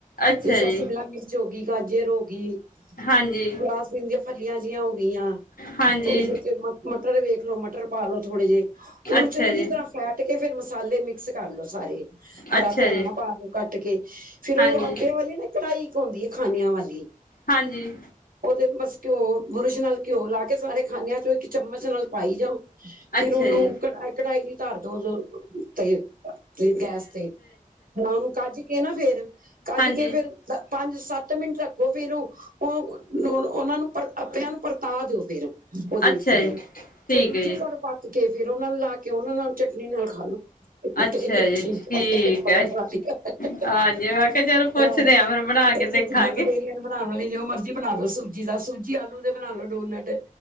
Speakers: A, on the left; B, on the right.
A: ਅੱਛਾ
B: ਉਸ ਚ
A: ਜੀ,
B: ਸ਼ਿਮਲਾ- ਮਿਰ ਚ ਹੋ ਗਈ, ਗਾਜਰ ਹੋ ਗਈ,
A: ਹਾਂਜੀ,
B: ਫਰਾਸਬਿਨ ਦੀਆਂ ਫਲੀਆਂ ਜਿਈਆਂ ਹੋ ਗਈਆਂ
A: ਹਾਂਜੀ,
B: ਥੋੜ੍ਹੇ ਜੇ ਚ ਮ-ਮ-ਮਟਰ ਵੇਖ ਲੋ ਮਟਰ ਪਾ ਲੋ ਥੋੜ੍ਹੇ ਜਿਹੇ ਉਹਨੂੰ
A: ਅੱਛਾ
B: ਚੰਗੀ
A: ਜੀ।
B: ਤਰ੍ਹਾਂ ਫੈਟ ਕੇ ਫਿਰ ਮਸਾਲੇ ਮਿਕਸ ਕਰ ਲੋ ਸਾਰੇ। ਹਰਾ
A: ਅੱਛਾ
B: ਧਨੀਆ
A: ਜੀ,
B: ਪਾ ਲਓ ਕੱਟ ਕੇ। ਫਿਰ
A: ਹਾਂਜੀ,
B: ਉਹ ਆਪਿਆਂ ਵਾਲੀ ਨਾ ਇਕ ਕਡਾਈ ਹੁੰਦੀ ਹੈ ਖਾਨਿਆ ਵਾਲੀ
A: ਹਾਂਜੀ,
B: ਉਹਦੇ ਬੱਸ ਘਿਓ -ਬੁਰਸ਼ ਨਾਲ ਘਿਓ ਲਾ ਕੇ ਸਾਰੇ ਖਾਨਿਆਂ ਚੋਂ ਇੱਕ ਚਮਚ ਨਾਲ ਪਾਈ ਜਾਉ ਫਿਰ
A: ਅੱਛਾ
B: ਉਹਨੂੰ
A: ਜੀ,
B: ਕ-ਕਢਾਈ ਦੀ ਧਰਦੋ ਜੋ ਅਅ ਤੇ ਅ ਤੇ ਗੈਸ ਤੇ ਹ ਉਹਨੂੰ ਕੱਜ ਕੇ ਨਾ ਫਿਰ -ਕੱਜ
A: ਹਾਂਜੀ,
B: ਕੇ ਫਿਰ ਪ-ਪੰਜ-ਸੱਤ ਮਿੰਟ ਰੱਖੋ ਫਿਰ ਉਹ-ਉ-ਉ- ਉਹਨਾਂ ਨੂੰ ਪੱਤਿਆਂ ਨੂੰ ਪਰਤਾ ਦਿਓ ਫਿਰ। ਉਹਦੇ
A: ਅੱਛਾ
B: ਵਿੱਚੋਂ
A: ਜੀ,
B: ਦੀ,
A: ਠੀਕ
B: ਫੇਰ ਦੂਜੀ
A: ਹੈ ਜੀ,
B: ਸੈਡ ਪੱਕ ਕੇ ਫਿਰ ਉਹਨਾਂ ਨੂੰ ਲਾ ਕੇ, ਉਹਨਾਂ ਨਾਲ ਚਟਨੀ ਨਾਲ ਖਾ ਲਓ। <unintelligible> ਕੁੜੀਆਂ
A: ਅੱਛਾ ਜੀ, ਠੀਕ ਹੈ। ਹਾਂਜੀ ਮੈਂ ਕਿਹਾ ਚਲ ਪੁੱਛਦੇ ਆ ਫਿਰ ਬਣਾ ਕੇ ਦੇਖਾਂਗੇ
B: ਤਾਂ ਮੇਰੀਆਂ ਬਣਾਉਣ ਲਈ ਜੋ ਮਰਜ਼ੀ ਬਣਾ ਦੋ ਸਬਜੀ ਦਾ, ਸੂਜੀ ਆਲੂ ਦੇ ਬਣਾ ਲੋ ਡੋਨਟ,